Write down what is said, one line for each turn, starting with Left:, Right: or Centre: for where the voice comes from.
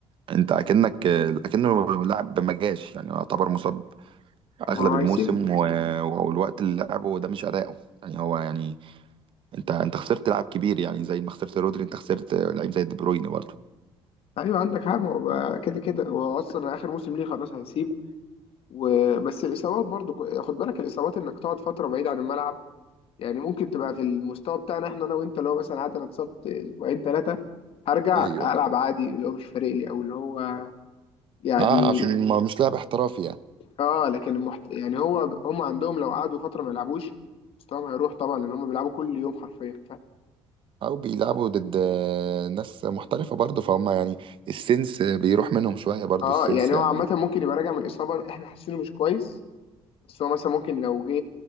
Right: أنت أكنك أكنه لاعب ما جاش يعني يعتبر مصاب
Left: ما
Right: أغلب
Left: هو
Right: الموسم
Left: هيسيب
Right: و- والوقت اللي لعبه ده مش أداؤه يعني هو يعني انت انت خسرت لاعب كبير يعني زي ما خسرت رودري انت خسرت لعيب زي دي بروين برضه
Left: ايوه عندك حق ما هو بقى كده كده هو اصلا اخر موسم ليه خلاص هيسيب وبس الاصابات برضو ك- خد بالك الاصابات انك تقعد فتره بعيد عن الملعب يعني ممكن تبقى في المستوى بتاعنا احنا انا وانت لو مثلا قعدت انا اتصبت اسبوعين ثلاثه هرجع
Right: ايوه
Left: العب عادي اللي هو مش فارق لي او اللي هو يعني
Right: اه عشان ما مش لاعب احترافي يعني
Left: اه لكن المحت... يعني هو هم عندهم لو قعدوا فتره ما يلعبوش مستواهم هيروح طبعا لان هم بيلعبوا كل يوم حرفيا
Right: او بيلعبوا ضد آه، ناس محترفه برضه فهم يعني السنس بيروح منهم شويه برضه
Left: اه
Right: السنس
Left: يعني
Right: يعني
Left: هو عامة ممكن يبقى راجع من إصابة احنا حاسينه مش كويس بس هو مثلا ممكن لو جه